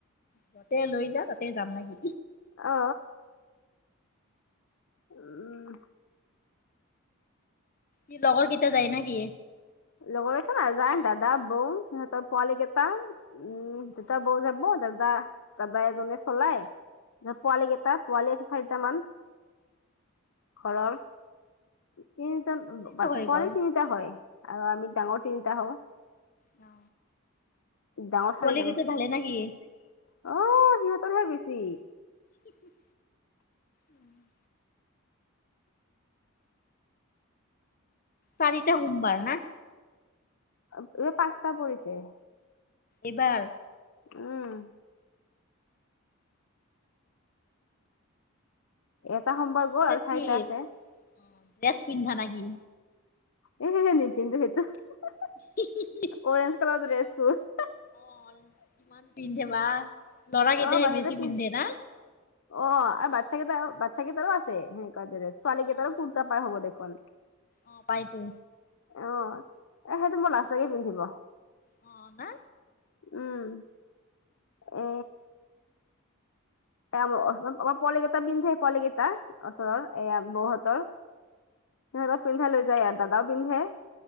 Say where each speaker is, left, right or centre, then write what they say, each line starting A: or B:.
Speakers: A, on the left; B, on the left.
A: যতে লৈ যা তাতে যাম নেকি।
B: অ। উম।
A: কি লগৰ কেইটা যায় না কি?
B: লগৰকে নাযায় দাদা বৌ সিহঁতৰ পোৱালি কেইটা উম
A: অ
B: দেতা বৌ যাব দাদা দাদা এজনে চলাই ধ পোৱালি
A: অ
B: কেইটা পোৱালি আছে চাৰিটা মান। ঘৰৰ তিনিজন
A: সেইটো
B: বাত
A: হৈ
B: পোৱালি
A: গ'ল
B: তিনটা হয় আৰু আমি ডাঙৰ তিনটা হও।
A: অ।
B: ডাঙৰ
A: পোৱালি
B: চাৰিজন
A: কেইটা
B: অ
A: ঢালে নেকি
B: সিহঁতৰহে বেছি।
A: <unintelligible> উম। চাৰিটা সোমবাৰ না?
B: অৱ' এই পাঁচটা পৰিছে।
A: এইবাৰ।
B: উম। এটা সোমবাৰ
A: পিছত
B: গ'ল আৰু
A: কি
B: চাৰিটা আছে।
A: অ ড্ৰেছ পিন্ধা নেকি?
B: এহেহে নিপিন্ধোঁ সেইটো হা' হা'।
A: <unintelligible>
B: অৰেঞ্চ কালাৰ তোৰ ড্ৰেছটোৰ।
A: অ' কিমান পিন্ধে বা ল'ৰা
B: অ
A: কেইটাহে
B: মানুহটো
A: বেছি
B: কি
A: পিন্ধে না?
B: অ' আৰু বাচ্ছা কেইটা হওক বাচ্ছা কেইটাৰো আছে হুহ। <unintelligible> ছোৱালী কে
A: অ
B: তাৰ কুৰ্তা পাৰ হব দেখোন।
A: অ' পাইতো।
B: অ'হ সেইটো মোৰ লাজ লাগে পিন্ধিব।
A: অ না।
B: উম এ। এইয়া মোৰ ওচৰত, মই পোৱলিকেইটাই দিম দেই পোৱালিকেইটাক ওচৰৰ এইয়া বৌহতৰ সিহঁতক পিন্ধাই লৈ যায় ইয়াত, দাদাও পিন্ধে।